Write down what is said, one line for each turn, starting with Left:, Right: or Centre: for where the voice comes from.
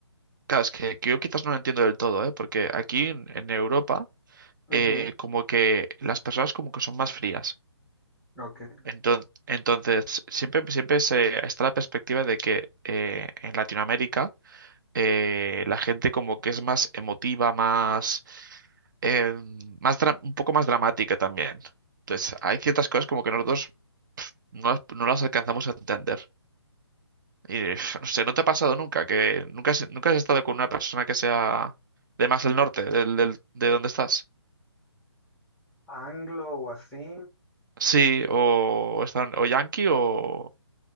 Right: Claro, es que, que yo quizás no lo entiendo del todo, ¿eh? Porque aquí en, en Europa,
Centre: Ujú,
Right: eh, como que las personas como que son más frías.
Centre: Ok.
Right: Entonces, entonces siempre, siempre se, está la perspectiva de que eh, en Latinoamérica eh, la gente como que es más emotiva, más, eh, más dra- un poco más dramática también. Entonces, hay ciertas cosas como que nosotros no, las- no las alcanzamos a entender. Y uf, no sé, ¿no te ha pasado nunca que nunca has, nunca has estado con una persona que sea de más el norte, del, del- de donde estás?
Centre: Anglo o así.
Right: Sí, o, están, o yanqui o,